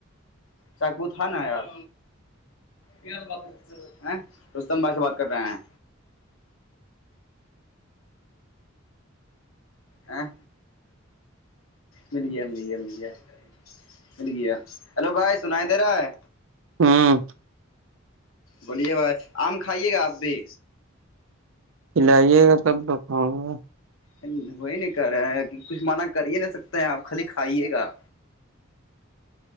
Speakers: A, on the left; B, on the right.
A: سو تھا نا یار بھائی سے بات کر رہے ہیں آاں مل گیا مل گیا مل گیا مل گیا ہلو بھائی سنا ہے دے رہا ہے
B: ہاں
A: بولیے بھائی آم کھائیے گا آپ بھی
B: چلائیے گا کب تک آؤں گا
A: وہی نہیں کہہ رہے ہیں کہ کچھ مانع کر ہی نہیں سکتے ہیں آپ خالی کھائیے گا